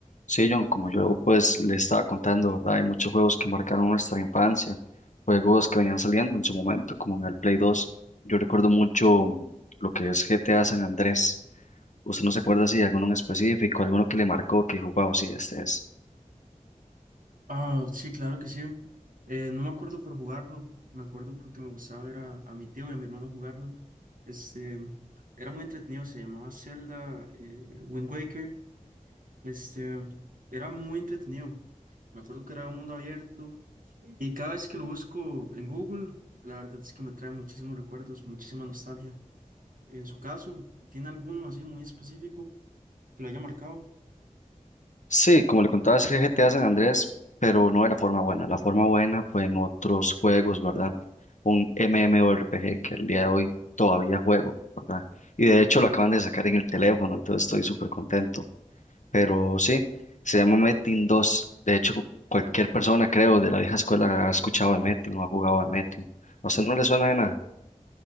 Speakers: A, on the left (about 65°); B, on the right (about 85°).
A: Sí, John, como yo pues le estaba contando, ¿verdad? Hay muchos juegos que marcaron nuestra infancia, juegos que venían saliendo en su momento, como en el Play 2. Yo recuerdo mucho lo que es GTA San Andrés. ¿Usted no se acuerda si de alguno en específico, alguno que le marcó, que dijo, wow, sí, este es?
B: Ah, sí, claro que sí. Eh, no me acuerdo por jugarlo, me acuerdo porque me gustaba ver a, a mi tío y a mi hermano jugarlo. Este, era muy entretenido, se llamaba Zelda, eh, Wind Waker. Este, era muy entretenido. Me acuerdo que era un mundo abierto y cada vez que lo busco en Google, la verdad es que me trae muchísimos recuerdos, muchísima nostalgia. En su caso, ¿tiene alguno así muy específico que lo haya marcado?
A: Sí, como le contaba, es GTA San Andrés, pero no de la forma buena. La forma buena fue en otros juegos, ¿verdad? Un MMORPG que al día de hoy todavía juego, ¿verdad? Y de hecho lo acaban de sacar en el teléfono, entonces estoy súper contento. pero sí, se llama Metin dos De hecho, cualquier persona, creo, de la vieja escuela ha escuchado de Metin o ha jugado de Metin. ¿A usted no le suena de nada?